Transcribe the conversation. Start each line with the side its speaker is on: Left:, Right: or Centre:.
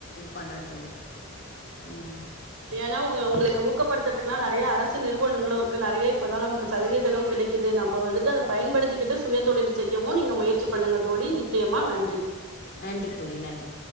Left: பண்றே தோழி ம்
Right: நா ஒங்க ஒங்ளுக்கு ஊக்கப்பட்த்தற்துக்குலா நறைய அரசு நிறுவனங்களு இருக்கு நறைய இப்பல்லா நம்க்கு சலுகைகளு கிடைக் கிது நம்ப வந்துட்டு அத பயன்படுத்திக்கிட்டு சுயதொழில் செய்யவு நீங்க முயற்சி பண்ணுங்க தோழி நிச்சியமா நன்றி
Left: நன்றி தோழி நன்றி